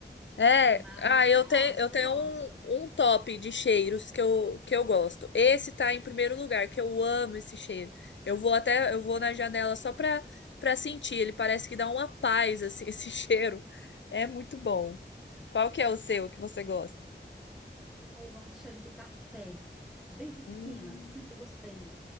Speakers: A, on the left; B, in the centre.
A: É,
B: mas
A: ah, eu
B: eu gosto,
A: tenho, eu tenho
B: eu gosto.
A: um, um top de cheiros que eu, que eu gosto. Esse tá em primeiro lugar, que eu amo esse cheiro. Eu vou até, eu vou na janela só pra, pra sentir. Ele parece que dá uma paz, assim, <laughs> esse cheiro. É muito bom. Qual que é o seu que você gosta?
B: Eu gosto do cheiro do café. Desde pequena,
A: Hum,
B: sempre gostei.